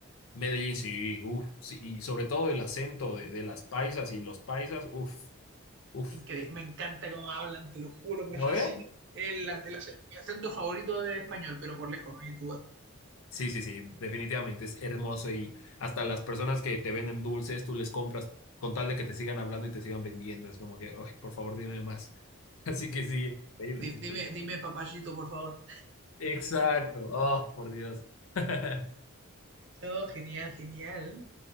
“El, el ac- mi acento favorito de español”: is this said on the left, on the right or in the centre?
Right